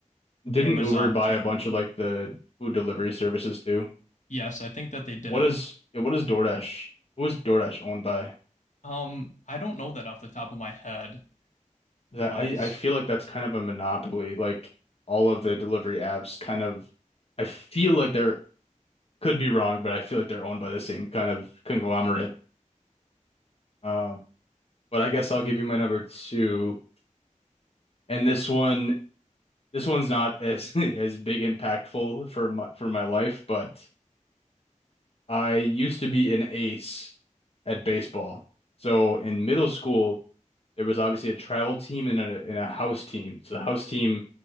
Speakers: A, on the left (about 45°); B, on the left (about 65°).
A: Didn't
B: Amazon
A: Uber buy
B: too.
A: a bunch of like the food delivery services too?
B: Yes, I think that they did.
A: What is yeah, what is DoorDash? Who is DoorDash owned by?
B: Um, I don't know that off the top of my head, but
A: 'Cause I, I I feel like that's kind of a monopoly. Like all of the delivery apps kind of I feel like they're could be wrong, but I feel like they're owned by the same kind of conglomerate. Um, but I guess I'll give you my number two. And this one this one's not as <laughs> as big impactful for my for my life, but I used to be an ace at baseball. So in middle school, there was obviously a travel team and a and a house team. So the house team